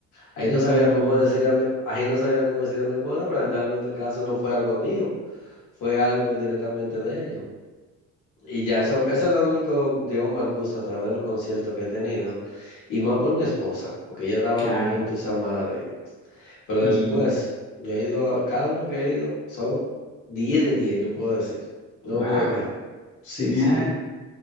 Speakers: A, on the left; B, on the left.
A: Ahí
B: no.
A: no sabía cómo decirle a mi, ahí no sabía cómo decirle a mi esposa, pero generalmente el caso no fue algo mío, fue algo directamente de ellos. Y ya eso, eso es lo único, digamos, mal gusto a través de los conciertos que he tenido, y más por mi esposa, porque ella estaba
B: Claro.
A: muy entusiasmada de ir. Pero
B: Y
A: después, yo he ido, a- cada uno que he ido son 10 de 10 yo puedo decir, no
B: wow,
A: me puedo quejar. Sí,
B: genial.
A: sí,